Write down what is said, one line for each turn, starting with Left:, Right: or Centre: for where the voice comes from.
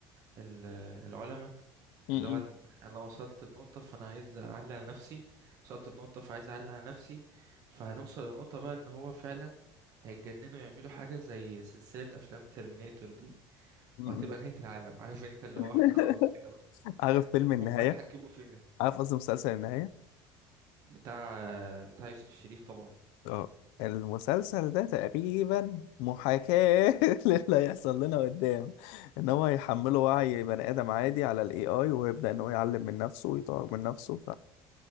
Right: ال- العلماء
Left: م-
Right: اللي
Left: م-
Right: هو إن انا وصلت لنقطة فانا عايز اعلي على نفسي وصلت لنقطة فعايز اعلي على نفسي فهنوصل لنقطة بقى ان هو فعلا هيتجننوا يعملوا حاجة زي سلسلة افلام ترمينيتور دي
Left: م.
Right: وهتبقى نهاية العالم عارف انت اللي
Left: <laughs>
Right: هو احنا خلاص كده بقى
Left: عارف فيلم
Right: <laughs>
Left: النهاية؟
Right: هم هيتحكموا فينا
Left: عارف قصدي مسلسل النهاية؟
Right: بتاع بتاع يوسف الشريف طبعا
Left: اه المسلسل ده تقريبا محاكاة <laughs> للي هيحصل لنا قدام ان هو هيحمله وعي بني ادم عادي على الاي اي ويبدأ ان هو يعلم من نفسه ويطور من نفسه